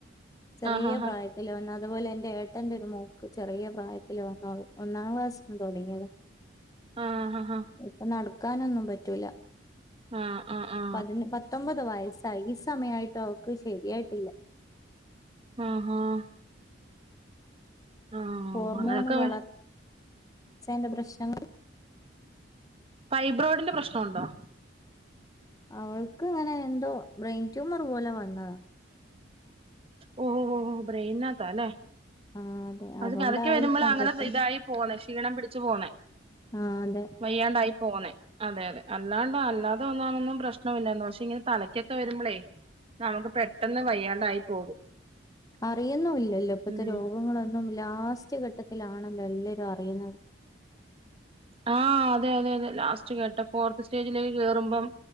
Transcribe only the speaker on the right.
ആഹാഹാ
ആഹ്
ആഹ് ആ ആ
ആഹ് ആഹ്, ആഹ്
അങ്ങനൊക്കെ
ഫൈബ്രോഡിന്റെ പ്രശ്നമുണ്ടോ?
ഓ ഓഹ് ഓഹ് ബ്രെയിനത്താലെ
അത്
തലക്ക് വരുമ്പോൾ അങ്ങനെ
ഇതായി പോന്നേ ക്ഷീണം പിടിച്ചു പോന്നേ
വയ്യാണ്ടായി പോന്നെ അതെ അതെ അല്ലാണ്ട് അല്ലാതെ വന്നതൊന്നും പ്രശ്നമില്ലന്ന് പക്ഷെ ഇങ്ങനെ തലയ്ക്കൊക്കെ വരുമ്പളേ നമുക്ക് പെട്ടെന്ന് വയ്യാണ്ടായി പോകും.
ഉം
ആഹ് അതെ അതെ അതെ ലാസ്റ്റ് കേട്ട ഫോർത്ത് സ്റ്റേജിലേക്ക് കേറുമ്പം